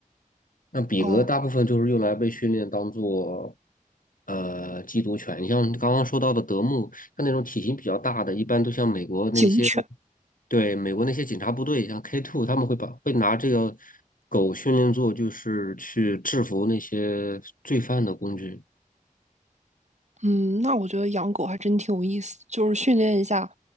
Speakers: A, on the left; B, on the right.
A: 那比格大部分就是用来被训练当做
B: 哦，
A: 呃缉毒犬，像刚刚说到的德牧，像那种体型比较大的，一般都像美国那些
B: 警犬，
A: 对，美国那些警察部队，像 K two，他们会把会拿这个狗训练做，就是去制服那些罪犯的工具。
B: 嗯，那我觉得养狗还真挺有意思，就是训练一下，